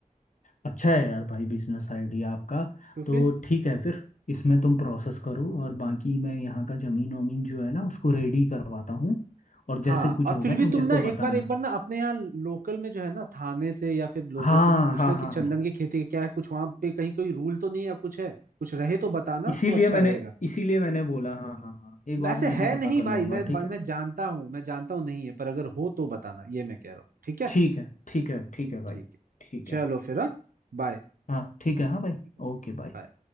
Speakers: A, on the left; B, on the right.
A: अच्छा है यार भाई बिजनेस आइडिया आपका
B: तो फिर
A: तो ठीक है फिर इसमें तुम प्रोसेस करो और बाकी मैं यहाँ का जमीन वमीन जो है ना उसको रेडी करवाता हूँ और जैसे
B: हाँ
A: कुछ
B: और
A: होगा
B: फिर
A: तो
B: भी
A: मेरे
B: तुम
A: को
B: ना
A: बताना
B: एक बार एक बार ना अपने यहाँ लोकल में जो है ना थाने से या फिर लोगों
A: हाँ
B: से भी पूछना
A: हाँ
B: कि
A: हाँ हाँ।
B: चंदन की खेती का क्या है कुछ वहां पे कहीं कोई रूल तो नहीं है या कुछ है कुछ रहे तो बताना
A: इसीलिए
B: तो अच्छा
A: मैंने
B: रहेगा
A: इसीलिए मैंने बोला हाँ हाँ हाँ एक बार
B: ऐसे
A: मैं
B: है
A: भी पता
B: नहीं
A: कर
B: भाई
A: लूँगा
B: मैं
A: ठीक
B: मैं
A: है
B: जानता हूँ मैं जानता हूँ नहीं है पर अगर हो तो बताना ये मैं कह रहा हूँ ठीक है
A: ठीक है ठीक
B: ठीक
A: है ठीक है भाई
B: ठीक है
A: ठीक
B: चलो
A: है
B: फिर हाँ बाय
A: हाँ ठीक है हाँ भाई
B: ठीक है
A: ओके बाय
B: बाय